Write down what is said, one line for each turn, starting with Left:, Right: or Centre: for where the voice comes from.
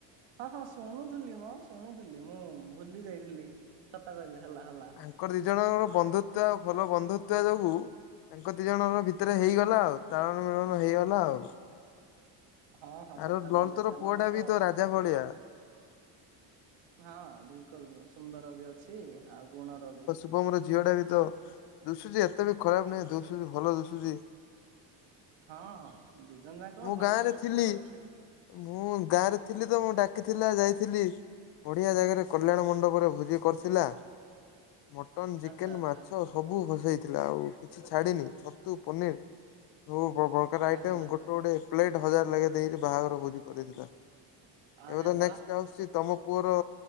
Right: ହଁ ହଁ ଶୁଣୁଥୁଲି ମୁଁ ଶୁଣୁଥିଲି ମୁଁ ଭୁଲି ଯାଇଥିଲି ସତ କହିଲେ ହେଲା ହେଲା।
Left: ତାଙ୍କର ଦି ଜଣଙ୍କର ବନ୍ଧୁତ୍ୱ ଭଲ ବନ୍ଧୁତ୍ୱ ଯୋଗୁ ତାଙ୍କ ଦି ଜଣଙ୍କ ଭିତରେ ହେଇଗଲା ଆଉ ତାଳନ ମିଳନ ହେଇଗଲା ଆଉ।
Right: ହଁ, ହଁ
Left: ଆର
Right: ସତ
Left: ଲଳିତର
Right: କହିଲେ, ସେମାନେ
Left: ପୁଅ ଟା
Right: ତ
Left: ବି ରାଜା ଭଳିଆ।
Right: ହଁ ବିଲକୁଲ ସୁନ୍ଦର ବି ଅଛି ଆଉ ଗୁଣ ର ବି।
Left: ଶୁଭମ ର ଝିଅଟା ବି ତ ଦୁଶୁଚି ଏତେ ବି ଖରାପ ନାହିଁ ଦୁଶୁଚୁ ଭଲ ଦୁଶୁଚି।
Right: ହଁ ହଁ ଦି ଜଣ ଯାକ
Left: ମୁଁ
Right: ଭଲ
Left: ଗାଁ ରେ
Right: ସଂସ୍କାର
Left: ଥିଲି
Right: ଅଛି।
Left: ମୁଁ ଗାଁରେ ଥିଲି ତ ମୁଁ ଡାକିଥିଲା ଯାଇଥିଲି, ବଢିଆ ଜାଗାରେ କଲ୍ୟାଣ ମଣ୍ଡପ ପରେ ଭୋଜି କରିଥିଲା ମଟନ୍, ଚିକେନ୍,
Right: ଆଚ୍ଛା ଆଚ୍ଛା
Left: ମାଛ ସବୁ ହ-ହେଇଥିଲା ଆଉ କିଛି ଛାଡିିନି ଛତୁ ପନିର୍ ପୁ- ପ - ପ -ପ୍ରକାର ଆଇଟମ
Right: ହେଲା।
Left: ଗୋ ଟ ଗୋଟେ ପ୍ଲେଟ୍ ହଜାର ଲାଗେ ଦେଇକିରି ବାହାଘର ଭୋଜି କରିଥିଲା।
Right: ଆରେ
Left: ଏବେ ତ
Right: ବା
Left: ନେକ୍ସଟ୍ ଆସୁଛି ତୋମ ପୁଅର